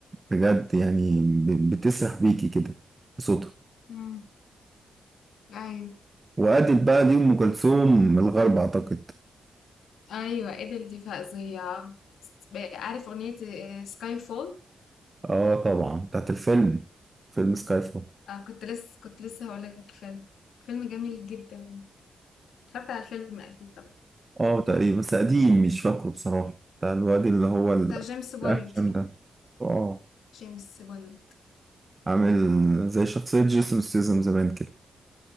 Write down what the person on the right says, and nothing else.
بجد يعني ب- بتسرح بيكي كده بصوتها
وأدت بقى دي أم كلثوم الغرب أعتقد
آه طبعا بتاعت الفيلم فيلم سكاي فول
آه تقريبا بس قديم مش فاكره بصراحة بتاع الواد اللي هو ال-
الأكشن ده آه
عامل زي شخصية جيسون ستيزم زمان كده